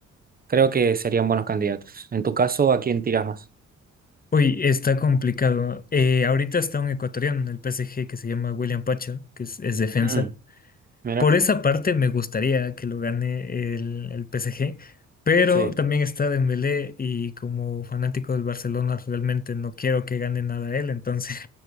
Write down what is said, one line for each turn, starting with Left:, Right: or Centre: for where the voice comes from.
Right: Creo que serían buenos candidatos. En tu caso, ¿a quién tiras más?
Left: Uy, está complicado. Eh, ahorita está un ecuatoriano en el PSG que se llama William Pacha que es, es defensa.
Right: Mm, mira,
Left: Por esa parte me gustaría que lo gane el, el PSG, pero
Right: sí,
Left: también está Dembélé y como fanático del Barcelona realmente no quiero que gane nada él, entonces